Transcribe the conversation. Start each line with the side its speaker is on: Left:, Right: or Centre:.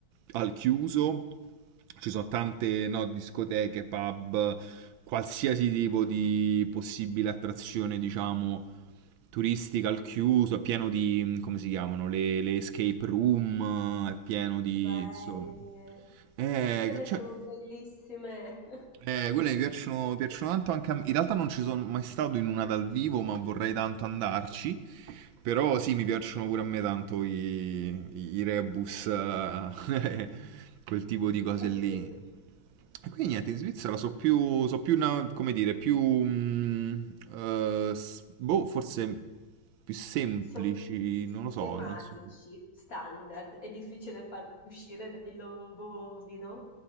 Right: al chiuso, ci sono tante no, discoteche, pub, qualsiasi tipo di possibile attrazione, diciamo, turistica al chiuso, è pieno di, come si chiamano, le, le escape room, è pieno di,
Left: Belle.
Right: insomma, eh,
Left: Quelle
Right: cioè,
Left: sono bellissime. <laughs>
Right: eh, quelle mi piacciono, piacciono tanto anche a me. In realtà non ci sono mai stato in una dal vivo, ma vorrei tanto andarci. Però sì, mi piacciono pure a me tanto i, i- i rebus, eh, <laughs> quel tipo di cose
Left: Essi
Right: lì. E quindi niente, in Svizzera so più, so più una- come dire, più, mm, eh, s- boh, forse più semplici,
Left: son schematici,
Right: non lo so, non so.
Left: standard, è difficile farli uscire dai loro bordi, no?